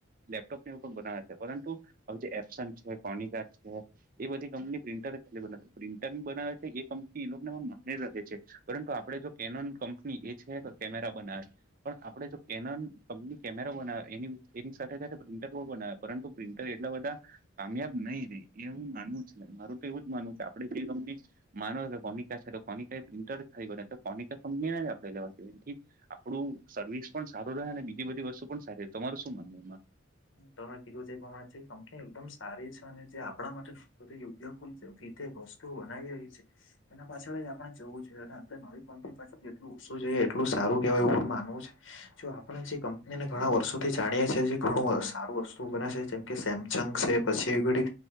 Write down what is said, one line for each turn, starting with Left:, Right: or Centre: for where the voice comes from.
Right: લેપટોપ ને એવું પણ બનાવે છે, પરંતુ હવે જે એપ સેમસંગ છે, એ બધી કંપની પ્રિન્ટર પ્રિન્ટર બનાવે છે. એ લોકોનેમાં મને રહે છે પરંતુ આપડે જો કેનોન કંપની એ છે કે કેમેરા બનાવે પણ આપડે જો કેનન કપની કેમેરા બનાવે એ એની સાથે સાથે પ્રિન્ટર પણ બનાવ્યા પરંતુ પ્રિન્ટર એટલા બધા કામયાબ નહી રે એ હું માનવું છે ને મારું તો એવું જ માનવું કે આપણેે જે કંપની <unintelligible> કોનિક કંપની આપડે લેવા દેવા નથી. આપડું સર્વિસ પણ સારું રહે અને બીજી બધી વસ્તુ પણ સારી તમાર શું માનવ એમાં
Left: હ તમે કીધું જે તે પ્રમાણે છે. એકદમ સારી છે અને જે આપણા માટે બધુ યોગ્ય પૂલ રીતે વસ્તુ બનાવી રહી છે. એના પાછળ જ આપડણે જવું જોઈ. આપડે નવી કંપની પાછળ જેટલું ઓછુ જોઈએ એટલું સારું કેવાય એવું માનવું છે. જો આપણે જે કંપનીને ઘણા વર્ષોથી જાણીયા છ ઘણું સારું વસ્તુ બના છે જેમ કે સેમસંગ છે પછી એવી બધી